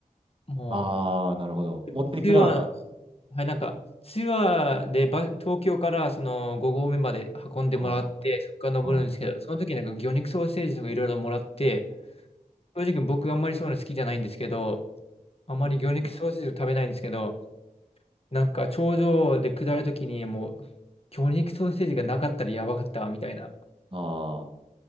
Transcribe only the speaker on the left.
も
う、
普通ははい、なんか、ツアーでば東京からその5合目まで運んでもらって、
そこから登るんですけど、
その時なんか魚肉ソーセージとかいろいろもらって、正直僕あんまりそういうの好きじゃないんですけど、あんまり魚肉ソーセージを食べないんですけど、なんか頂上で下る時にもう、魚肉ソーセージがなかったらやばかったわみたいな。